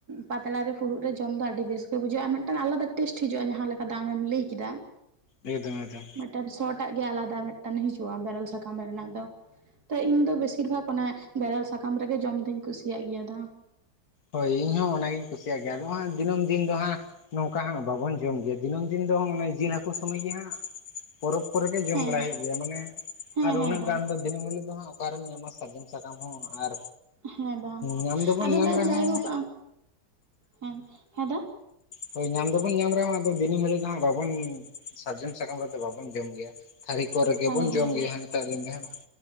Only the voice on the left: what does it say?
ᱮᱫᱚᱢ-ᱮᱫᱚᱢ ᱾
ᱦᱳᱭ ᱤᱧ ᱦᱚᱸ ᱚᱱᱟᱜᱤᱧ ᱠᱩᱥᱤᱭᱟᱜ ᱜᱮᱭᱟ ᱟᱫᱚ ᱱᱚᱣᱟ ᱫᱤᱱᱟᱹᱢ ᱫᱤᱱ ᱫᱚ ᱦᱟᱸᱜ ᱱᱚᱝᱠᱟ ᱦᱟᱸᱜ ᱵᱟᱵᱚᱱ ᱡᱚᱢ ᱜᱮᱭᱟ ᱫᱤᱱᱟᱹᱢ ᱫᱤᱱ ᱫᱚ ᱦᱚᱸ ᱚᱱᱮ ᱡᱤᱞ ᱦᱟᱹᱠᱩ ᱥᱚᱢᱚᱭ ᱜᱮ ᱦᱟᱸᱜ ᱯᱚᱨᱚᱵᱽ ᱠᱚᱨᱮ ᱜᱮ ᱡᱚᱢ
ᱵᱟᱲᱟᱭ ᱦᱩᱭᱩᱜ ᱟ ᱢᱟᱱᱮ
ᱟᱨ
ᱩᱱᱟᱹᱜ
ᱜᱟᱱ ᱫᱚ ᱫᱤᱱᱟᱹᱢ ᱦᱤᱞᱳᱜ ᱫᱚ ᱦᱟᱸᱜ ᱚᱠᱟ ᱨᱮᱢ ᱧᱟᱢᱟ ᱥᱟᱨᱡᱚᱢ ᱥᱟᱠᱟᱢ ᱦᱚᱸ ᱟᱨ
ᱧᱟᱢ ᱫᱚᱵᱚᱱ
ᱧᱟᱢ
ᱨᱮᱦᱚᱸ
ᱦᱳᱭ ᱧᱟᱢ ᱫᱚᱵᱚᱱ ᱧᱟᱢ ᱨᱮ ᱦᱚᱸ ᱟᱫᱚ ᱫᱤᱱᱟᱹᱢ ᱦᱤᱞᱳᱜ ᱫᱚ ᱦᱟᱸᱜ ᱵᱟᱵᱚᱱ ᱥᱟᱨᱡᱚᱢ ᱥᱟᱠᱟᱢ ᱨᱮᱫᱚ ᱵᱟᱵᱚᱱ ᱡᱚᱢ ᱜᱮᱭᱟ ᱛᱷᱟᱹᱨᱤ ᱠᱚᱨᱮ ᱜᱮ
ᱵᱚᱱ ᱡᱚᱢ
ᱜᱮᱭᱟ
ᱦᱟ ᱱᱮᱛᱟ ᱫᱤᱱ ᱫᱚ ᱦᱟᱸ